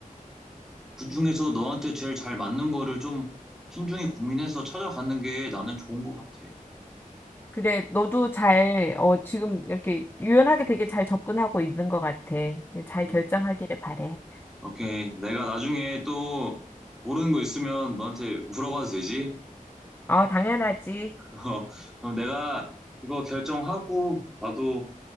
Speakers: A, in the centre; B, on the left (about 15°).
A: 그중에서 너한테 제일 잘 맞는 거를 좀 신중히 고민해서 찾아가는 게 나는 좋은 것 같아.
B: 그래, 너도 잘, 어, 지금 이렇게 유연하게 되게 잘 접근하고 있는 것 같아. 잘
A: 음,
B: 결정하기를 바래.
A: 오케이. 내가 나중에 또 모르는 거 있으면 너한테 물어봐도 되지?
B: 어, 당연하지.
A: <laughs> 어, 그럼 내가 이거 결정하고 나도